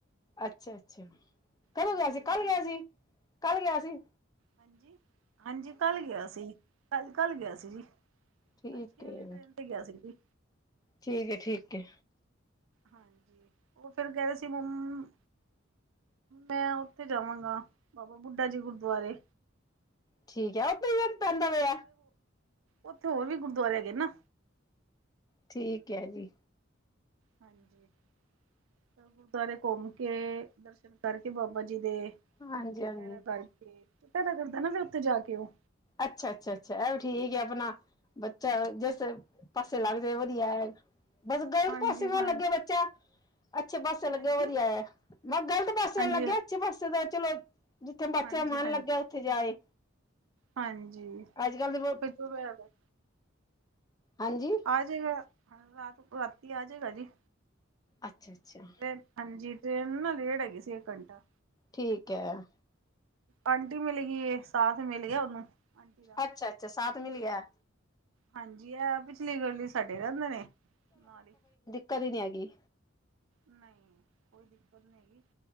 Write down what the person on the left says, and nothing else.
ਅੱਛਾ-ਅੱਛਾ ਕਦੋਂ
ਗਿਆ ਸੀ।
ਕੱਲ
ਗਿਆ ਸੀ ਕੱਲ ਗਿਆ ਸੀ।
ਠੀਕ
ਹੈ
ਠੀਕ ਐ- ਠੀਕ ਐ।
ਠੀਕ ਐ, ਓਥੇ ਮੀਂ ਪੈਂਦਾ ਪਯਾ
ਠੀਕ ਐ ਜੀ।
ਹਾਂਜੀ
ਹਾਂਜੀ
ਅੱਛਾ, ਅੱਛਾ, ਅੱਛਾ ਇਹ ਵੀ ਠੀਕ ਆ ਆਪਣਾ ਬੱਚਾ ਏ, ਜਿਸ ਪਾਸੇ ਲੱਗ ਜਾਏ ਵਧੀਆ ਹੈ। ਬਸ ਗਲਤ
ਪਾਸੇ ਨਾ
ਲੱਗੇ ਬੱਚਾ। ਅੱਛੇ ਪਾੱਸੇ ਲੱਗੇ
ਵਧੀਆ ਏ, ਮੈਂ ਕਿਹਾ ਗਲਤ ਪਾੱਸੇ
ਨਾ ਲੱਗੇ ਅੱਛੇ ਪਾਸੇ ਦਾ ਚਲੋ ਜਿੱਥੇ ਬੱਚਿਆਂ
ਦਾ ਮਨ
ਲੱਗਿਆ ਉੱਥੇ ਜਾਏ।
ਅੱਜ ਕੱਲ ਦੇ ਬਹੁਤ
ਹਾਂਜੀ।
ਅੱਛਾ, ਅੱਛਾ।
ਠੀਕ ਹੈ।
ਅੱਛਾ, ਅੱਛਾ ਸਾਥ ਮਿਲ ਗਿਆ।
ਕਦੀ ਨਹੀਂ ਆਏਗੀ।